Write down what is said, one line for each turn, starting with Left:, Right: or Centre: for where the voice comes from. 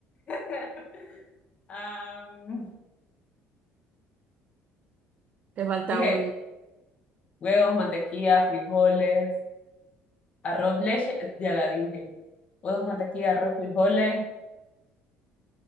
Left: <laughs> Am,
Right: Te falta
Left: dije
Right: un.
Left: huevos, mantequilla, frijoles. Arroz, leche, ya la dije. Huevos, mantequilla, arroz, frijoles,